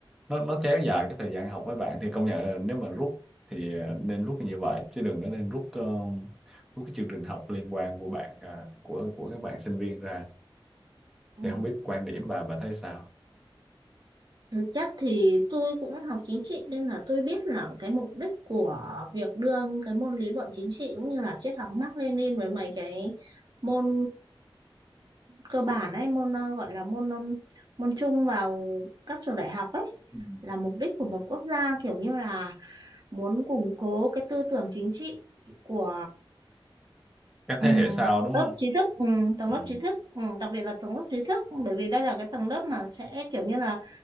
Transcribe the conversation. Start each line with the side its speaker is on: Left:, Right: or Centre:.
Centre: nó nó kéo dài cái thời gian học mấy bạn thì công nhận là nếu mà rút thì ờ, nên rút như vậy chứ đừng có nên rút ờ, rút cái chương trình học liên quan của bạn à, của của các bạn sinh viên ra
Right: Ừ.
Centre: thì không biết quan điểm bà bà thấy sao
Right: Thực chất thì tôi cũng học chính trị nên là tôi biết là cái mục đích của việc đưa cái môn lý luận chính trị cũng như là triết học Mác Lênin với mấy cái môn cơ bản ấy, môn ờ, gọi là môn ừm, môn chung vào các trường đại học ấy
Centre: Ừ.
Right: là mục đích của một quốc gia kiểu như là muốn củng cố cái tư tưởng chính trị của
Centre: các thế
Right: Ừ,
Centre: hệ sau đúng không
Right: lớp trí thức ừ, tầng
Centre: ừ.
Right: lớp trí thức ừ, đặc biệt là tầng lớp trí thức bởi vì đây là cái tầng lớp mà sẽ kiểu như là